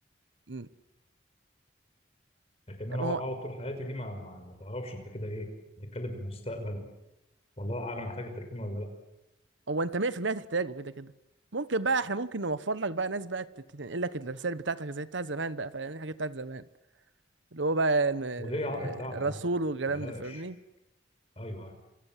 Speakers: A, on the right; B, on the left.
A: امم
B: لكن
A: لا
B: انا
A: ما هو
B: اقعد طول حياتي دي ما ما, ما تعرفش انت كده ايه بتتكلم في المستقبل والله اعلم محتاج التليفون ولا
A: هو انت 100% هتحتاجه كده كده ممكن بقى احنا ممكن نوفر لك بقى ناس بقى تت- تنقل لك الرسائل بتاعتك زي بتاع زمان بقى فاهم الحاجات بتاعت زمان اللي هو بقى الم-
B: وليه يا عم التعب
A: الرسول
B: لا لا
A: والكلام
B: بلاش
A: ده فاهمني
B: ايوه ايوه